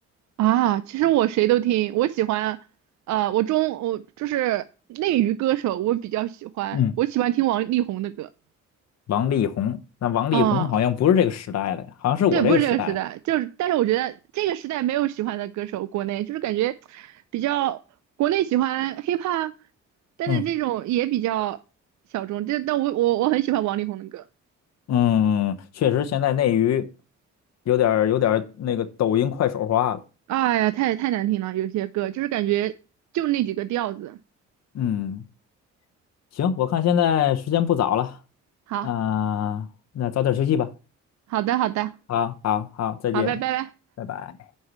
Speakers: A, on the right; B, on the left.
A: 啊，其实我谁都听，我喜欢，呃，我中我就是内娱歌手，我比较喜欢，
B: 嗯，
A: 我喜欢听王力宏的歌，
B: 王力宏，那王力宏好像不是这个时代的，
A: 啊，
B: 好像是我这个时代的。
A: 对，不是这个时代，就是，但是我觉得这个时代没有喜欢的歌手，国内就是感觉比较，国内喜欢 hiphop，但是这种也比较小众，
B: 嗯
A: 这但我我我很喜欢王力宏的歌。
B: 嗯，确实现在内娱有点儿有点儿那个抖音快手化了。
A: 哎呀，太太难听了，有些歌就是感觉就那几个调子。
B: 嗯，行，我看现在时间不早了
A: 好，
B: 啊，那早点休息吧。
A: 好的，好的，
B: 好，好，好，再见，
A: 好，拜拜。
B: 拜拜。